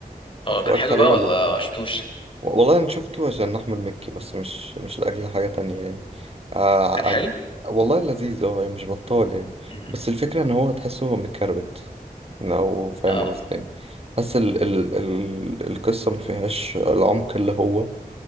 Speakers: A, on the right; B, on the left.
A: اتفرجت
B: اه كان حلو
A: عليه
B: بقى
A: ولا
B: ولا شفتوش
A: والله انا شفته عشان احمد مكي بس مش مش لاجل حاجه تانية يعني آه
B: كان حلو
A: عج... والله لذيذ اه يعني مش بطال يعني
B: مم.
A: بس الفكره ان هو تحسه متكربت لو فاهم
B: اه
A: قصدي يعني حاسس ال... ال... ال... القصه ما فيهاش العمق اللي هو